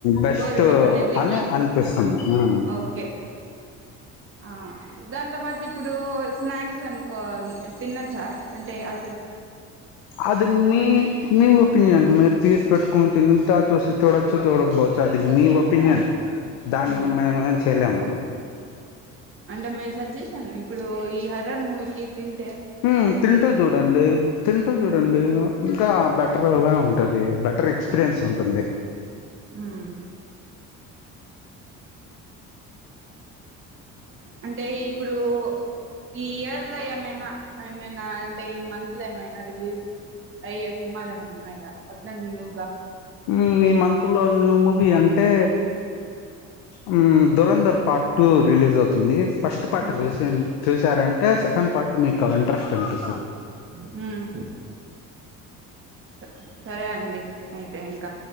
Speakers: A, on the left; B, on the right.
A: బెస్ట్
B: బోరిజం అనేది
A: అని అనిపిస్తుంది
B: ఓకే ఆ దాన్ కొంత బద్ ఇప్పుడు స్నాక్స్ అనుకో తినచ్చా అంటే అ
A: అది మీ మీ ఒపీనియన్ మీరు తీస్ పెట్టుకొని తిని సా చూసి చూడచ్చు చూడకపోవచ్చు అది నీ ఒపీనియన్ దాని
B: ఉమ్
A: మేమేం చేయలేం అలా
B: అంటే మీ సజెషన్ ఇప్పుడు ఈ హర్రర్ మూవీకిి తిన్
A: ఉమ్మ్ తింటూ చూడండి తింటూ చూడండి
B: ఉమ్
A: ఇంకా బెటర్గానే పది బెట్ ర్ ఎక్స్పీరియన్స్
B: ఓకే
A: ఉంటుంది
B: ఉమ్ అంటే ఇప్పుడు ఈ ఇయర్ లో ఏమైనా ఏమైనా టే ఈ మంత్ లో ఏమైనా రిలీజ్ అయ్యే సినిమాలు ఏమన్నున్నాయా కొట్లా నివ్ గా
A: మ్మ్ ఈ మంత్ లో న్యూ మూవీ అంటే ఉమ్ ధురంధర్ పార్ట్ టూ రిలీజ్ అవుతుంది ఫస్ట్ పార్ట్
B: ఉమ్
A: చూసిన్ చూశారన్ టే సెకండ్ పార్ట్ మీకు ఇంట్రెస్ట్ అనిపిస్తుది
B: హ్మ్ స సరే అండి అయితే ఇంకా